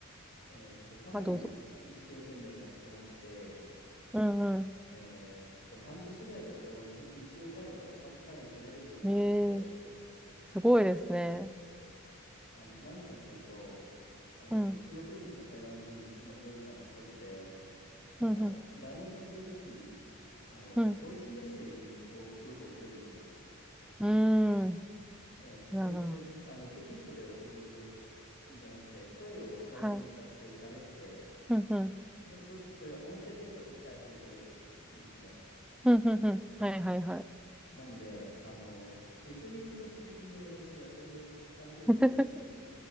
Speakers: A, on the left; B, in the centre.
A: えっと、かなり一生懸命やってまして、
B: あ、どうぞ。うんう
A: えーっと、半年ぐらい経ったらもう日日常会話がか、かなり喋れるようになって、
B: ん。へえすごいですね。
A: あの、なんでかっていうと、あの、
B: うん。
A: その中国人とか台湾人の文化の一つで、あの、
B: うん、うん、
A: LINE をするときに、あの、
B: うん。
A: ボイスメッセージをよく送るんですね。
B: うーん。
A: で、それって、
B: なるほど。
A: あの、テキストで送るんじゃなくて、声をスマホに向かって喋って、
B: はい。うん、うん。
A: で、そうするとそれは音声データとして相手に届くんですね。
B: うん、うん、うん。はい、はい、はい。
A: なので、あの、リスニングとスピーキングの練習がそれである程度できるんですよ。
B: <laughs>